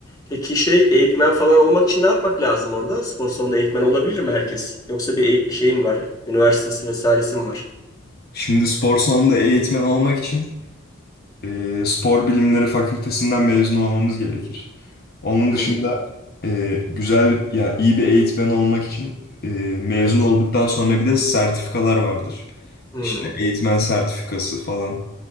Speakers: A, on the left; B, on the left.
A: Peki şey eğitmen falan olmak için ne yapmak lazım orada? Spor salonunda eğitmen olabilir mi herkes? Yoksa bir eğ- şey mi var? Üniversitesi vesairesi mi var?
B: Şimdi spor salonunda eğitmen olmak için e, spor bilimleri fakültesinden mezun olmamız gerekir. Onun
A: Hmm,
B: dışında e, güzel ya iyi bir eğitmen olmak için e, mezun
A: evet.
B: olduktan sonra bir de sertifikalar vardır.
A: Hmm.
B: İşte eğitmen sertifikası falan.